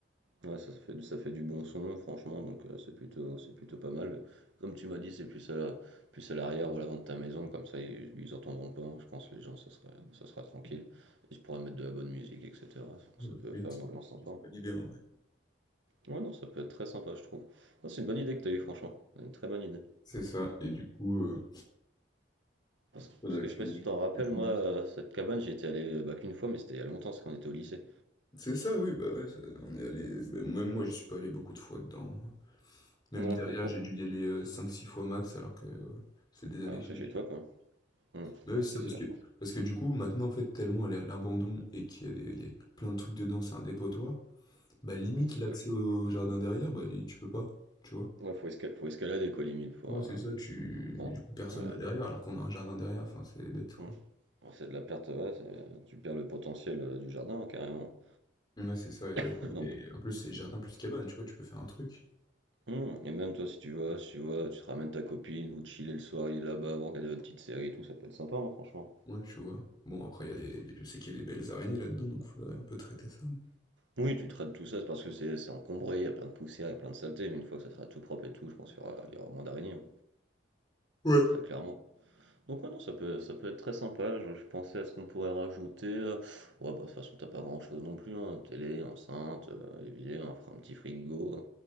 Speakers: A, on the right; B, on the left.
A: Ouais ça, ça fait, du- ça fait du bon son franchement, donc euh, c'est plutôt c'est plutôt pas mal. Comme tu m'as dit, c'est plus à plus à l'arrière ou à l'avant de ta maison, comme ça ils, ils entendront pas, hein, je pense les gens ça sera ça sera tranquille. Ils pourraient mettre de la bonne musique, etc. Donc
B: Ouais,
A: ça peut
B: c'est
A: faire
B: bien ça.
A: une ambiance sympa.
B: Bonne idée en vrai.
A: Ouais non ça peut être très sympa je trouve. Non, c'est une bonne idée que t'as eu franchement, une très bonne idée.
B: C'est ça. Et du coup, euh,
A: Parce que
B: faudrait
A: parce que je
B: que
A: sais pas
B: je-
A: si tu t'en rappelles,
B: que je
A: moi,
B: note.
A: euh, cette cabane, j'y étais allé euh, bah, qu'une fois, mais c'était il y a longtemps, c'est quand on était au lycée.
B: C'est ça, oui, bah ouais, ça- on est allé. bah, même moi, je suis pas allé beaucoup de fois dedans. hein. Même
A: Ouais,
B: derrière,
A: pas trop.
B: j'ai dû y aller euh, cinq six fois max, alors que euh, c'est des années
A: Alors
B: que
A: que
B: j'y
A: c'est
B: vais.
A: chez toi, quoi. Hum,
B: Bah
A: ouais,
B: oui, c'est
A: c'est
B: ça, parce
A: sûr.
B: que, parce que du coup, maintenant, en fait, tellement elle est à l'abandon et qu'il y a, des- il y a plein de trucs dedans, c'est un dépotoir, bah limite
A: Bon, c'est
B: l'accès
A: de-
B: au jardin derrière, bah tu peux pas, tu vois.
A: ouais, faut, esca- faut escalader, quoi, limite, pour...
B: Moi, c'est
A: euh,
B: ça, tu...
A: pour-
B: du coup, personne
A: Ouais.
B: va derrière alors qu'on a un jardin derrière, enfin, c'est bête, quoi.
A: Hum. Bon, c'est de la perte, ouais, c'est- tu perds le potentiel euh, du jardin, hein, carrément.
B: Ouais, c'est ça, et, avec-
A: <laughs> Donc,
B: et en plus, c'est jardin plus cabane, tu vois, tu peux faire un truc.
A: hum, et même toi, si tu vas, si tu vas, tu te ramènes ta copine, ou chiller le soir, il est là-bas, vous regardez votre petite série et tout, ça peut être sympa, hein, franchement.
B: Ouais, tu vois. Bon, après, il y a des- je sais qu'il y a des belles araignées là-dedans, donc faudrait un peu traiter ça. mais-
A: Oui, tu traites tout ça, c'est parce que c'est c'est encombré, il y a plein de poussière, il y a plein de saleté, mais une fois que ça sera tout propre et tout, je pense qu'il y aura, il y aura moins d'araignées, hein,
B: Ouais.
A: très clairement. Donc ouais, non, ça peut, ça peut être très sympa, je, je pensais à ce qu'on pourrait rajouter. euh, ouais, bah de toute façon, t'as pas grand-chose non plus, hein, télé, enceinte, euh, évier, un, fr- un petit frigo. euh,